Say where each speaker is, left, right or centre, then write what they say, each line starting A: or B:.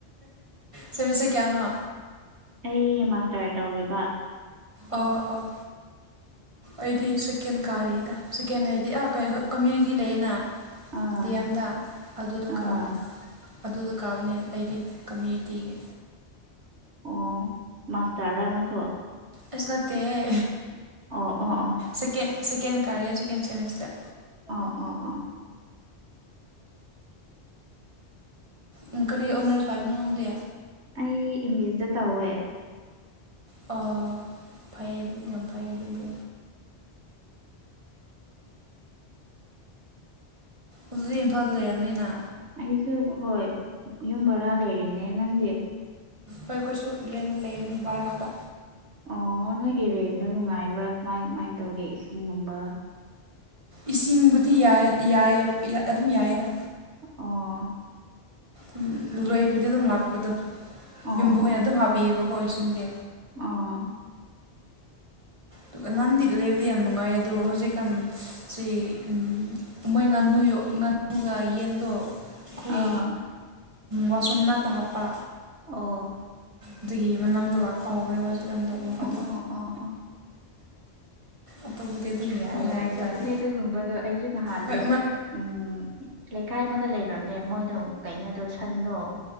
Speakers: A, on the right; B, on the right.
A: ꯁꯦꯃꯤꯁꯇꯔ ꯀꯌꯥꯅꯣ
B: ꯑꯩ ꯃꯥꯁꯇꯔ ꯇꯧꯔꯤꯕ
A: ꯑꯣ ꯑꯣ ꯑꯩꯗꯤ ꯁꯦꯀꯦꯟ ꯀꯥꯔꯤꯗ ꯁꯦꯀꯦꯟ ꯍꯥꯏꯗꯤ ꯑꯥ ꯀꯃꯌꯨꯅꯤꯇꯤ ꯂꯩꯗꯅ
B: ꯑꯥ
A: ꯗꯤ ꯑꯦꯝꯗ ꯑꯗꯨꯗꯣ
B: ꯑꯥ
A: ꯀꯥꯕ ꯑꯗꯨꯗꯣ ꯀꯥꯕꯅꯦ ꯑꯩꯗꯤ ꯀꯝꯃꯌꯨꯅꯤꯇꯤꯒꯤ
B: ꯑꯣ ꯃꯁꯇꯔ ꯅꯪꯁꯨ
A: ꯑꯁ ꯅꯠꯇꯦꯍꯦ
B: ꯑꯣ ꯑꯣ ꯑꯣ
A: ꯁꯦꯀꯦꯟ ꯁꯦꯀꯦꯟ ꯀꯥꯔꯦ ꯁꯦꯀꯦꯟ ꯁꯦꯃꯤꯁꯇꯔ
B: ꯑ ꯑ ꯑ
A: ꯎꯝ ꯀꯔꯤ ꯑꯣꯅꯔꯁ ꯄꯥꯏꯕꯅꯣ ꯅꯪꯗꯦ
B: ꯑꯩ ꯏꯪꯂꯤꯁꯇ ꯇꯧꯋꯦ
A: ꯑꯣ ꯐꯩ ꯑꯗꯨꯗꯤ ꯌꯥꯝ ꯐꯩ ꯑꯗꯨꯗꯤ ꯑꯗꯨꯗꯤ ꯏꯝꯐꯥꯜꯗ ꯂꯩꯔꯝꯃꯅꯤꯅꯥ
B: ꯑꯩꯁꯨ ꯍꯣꯏ ꯌꯨꯝ ꯕꯔꯥ ꯂꯩꯔꯤꯅꯦ ꯅꯪꯗꯤ
A: ꯍꯣꯏ ꯑꯩꯈꯣꯏꯁꯨ ꯔꯦꯟꯗ ꯂꯩꯕꯅꯤ ꯕꯔꯥꯗꯥ
B: ꯑꯣ ꯅꯣꯏꯒꯤ ꯔꯦꯟꯗꯣ ꯅꯨꯡꯉꯥꯏꯕ꯭ꯔꯥ ꯀꯃꯥꯏ ꯀꯃꯥꯏꯂ ꯇꯧꯒꯦ ꯏꯁꯤꯡꯒꯨꯝꯕ
A: ꯏꯁꯤꯡꯕꯨꯗꯤ ꯌꯥꯏ ꯌꯥꯏ ꯌꯥꯏ ꯑꯗꯨꯝ ꯌꯥꯏꯌꯦꯗꯥ
B: ꯑꯣ
A: ꯎꯝ ꯂꯣꯏꯈ꯭ꯔꯗꯤ ꯑꯗꯨꯝ ꯂꯥꯛꯄꯗꯣ
B: ꯑꯣ
A: ꯌꯨꯝꯕꯨꯈꯩꯅ ꯑꯗꯨꯝ ꯍꯥꯞꯄꯤꯌꯦꯕꯀꯣ ꯏꯁꯤꯡꯗꯤ
B: ꯑꯥ
A: ꯇꯨꯒ ꯅꯍꯥꯟꯗꯤ ꯂꯩꯕꯗꯤ ꯌꯥꯝ ꯅꯨꯡꯉꯥꯏ ꯑꯗꯣ ꯍꯧꯖꯤꯛꯀꯥꯟ ꯁꯤ ꯎꯝ ꯃꯣꯏ ꯉꯥꯅꯨ ꯌꯣ ꯉꯥꯅꯨꯒ ꯌꯦꯟꯗꯣ ꯈꯣꯏ
B: ꯑꯥ
A: ꯋꯥꯁꯔꯨꯝ ꯃꯅꯥꯛꯇ ꯍꯥꯞꯄ
B: ꯑꯣ
A: ꯑꯗꯨꯒꯤ ꯃꯅꯝꯗꯣ ꯂꯥꯛꯄ ꯍꯧꯒ꯭ꯔꯦꯕ ꯍꯧꯖꯤꯛꯀꯥꯟꯗꯣ ꯑꯃꯨ
B: ꯑꯣ
A: ꯑꯗꯨ
B: ꯑꯣ ꯑꯣ
A: ꯑꯇꯣꯞꯄꯗꯤ ꯑꯗꯨꯝ ꯌꯥꯏ
B: ꯅꯨꯡꯉꯥꯏꯇꯕꯅꯦ
A: ꯍꯥꯏꯕ ꯇꯥꯔꯦ
B: ꯑꯗꯨꯒꯨꯝꯕꯗꯣ ꯑꯩꯁꯨ ꯅꯍꯥꯟꯗꯣ
A: ꯍꯣꯏ
B: ꯎꯝ ꯂꯩꯀꯥꯏ ꯑꯃꯗ ꯂꯩꯔꯝꯃꯦ ꯃꯣꯏꯗꯣ ꯀꯩꯅꯣꯗꯣ ꯁꯟꯗꯣ